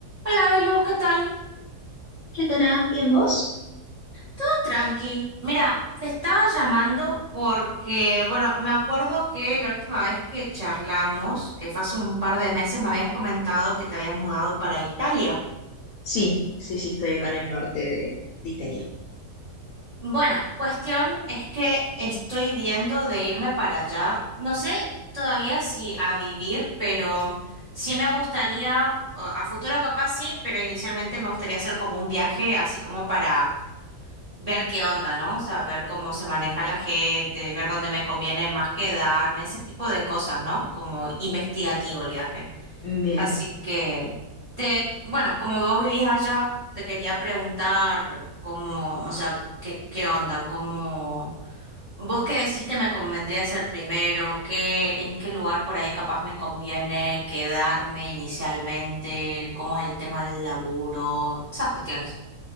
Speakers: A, on the right; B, on the left.
A: Hola, Belu, ¿qué tal?
B: Retana, ¿bien vos?
A: Todo tranqui. Mira, te estaba llamando porque, bueno, me acuerdo que la última vez que charlamos, que fue hace un par de meses, me habías comentado que te habías mudado para Italia.
B: Sí, sí, sí, estoy acá en el norte de, de Italia.
A: Bueno, cuestión es que estoy viendo de irme para allá. No sé todavía si a vivir, pero sí me gustaría, o a futuro capaz sí, pero inicialmente me gustaría hacer como un viaje, así como para ver qué onda, ¿no? O sea, ver cómo se maneja la gente, ver dónde me conviene más quedarme, ese tipo de cosas, ¿no? Como investigativo el viaje.
B: Bien.
A: Así que, te, bueno, como vos vivís allá, te quería preguntar cómo, o sea, qué, qué onda, cómo, vos qué decís que me convendría hacer primero, qué, en qué lugar por ahí capaz me conviene quedarme inicialmente, cómo es el tema del laburo, esas cuestiones.